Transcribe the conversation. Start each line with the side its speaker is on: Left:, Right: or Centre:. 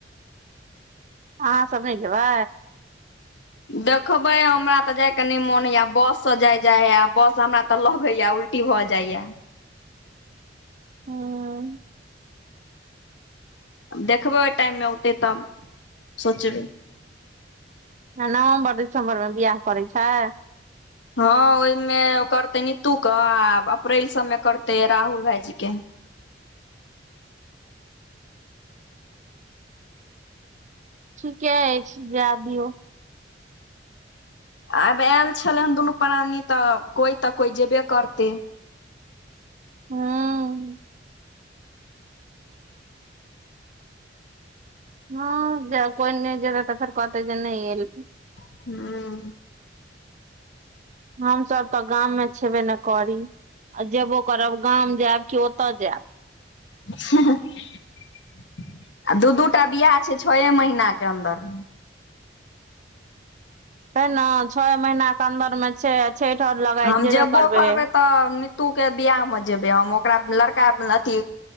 Right: अहाँ सब नहि जेयबै
Left: देखबै हमरा तऽ जाय के नहि मोन होइया बस से जाय जाय ह बस हमरा तऽ लगेया छुट्टी भऽ जाइया
Right: हँ <inaudible>
Left: देखबै ओहि टाइममे औतै तब सोचबै
Right: ह नवम्बर दिसम्बर मे बियाह करै छै
Left: हँ ओहिमे करते नीतू के आ अप्रैल सबमे करते राहुल भाईजी के
Right: ठीके अछि जा दियऔ
Left: आब आयल छले हन दुनू प्राणी तऽ कोई तऽ कोई जेबे करते
Right: हू हँ कोइ नहि जेत तऽ फेर कहते जे नहि आयल
Left: हुं
Right: हमसभ तऽ गाम मे छेबे नहि करी आ जेबो करब गाम जायब कि ओतऽ जायब
Left: ह <inaudible> आ दू दूटा बियाह छै छ महीना के अन्दर
Right: हे ने छओ महीनाक के अन्दरमे छै छठि आओर लगााय
Left: हम
Right: जेबे
Left: जेबो
Right: करबै
Left: तऽ <inaudible> तू के बियाह मे जेबै हम ओकरा लड़का अथी